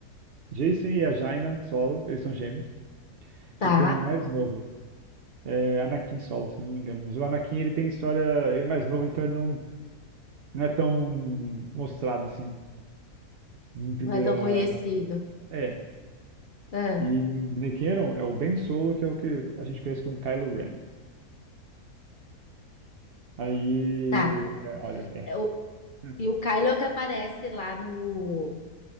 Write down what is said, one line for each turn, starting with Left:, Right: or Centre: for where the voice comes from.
Right: Jason e a Jaina Solo, eles são gêmeos.
Left: tá.
Right: E tem o mais novo, é Anakin Solo, se eu não me engano. Mas o Anakin, ele tem história... Ele é mais novo, então ele não, não é tão mostrado, assim, em primeira...
Left: Não é tão conhecido.
Right: É.
Left: Ah,
Right: E Nick Cannon é o Ben Solo, que é o que a gente conhece como Kylo Ren. Aí,
Left: tá.
Right: é, olha, é.
Left: É o-
Right: Hum,
Left: e o Kylo é o que aparece lá no,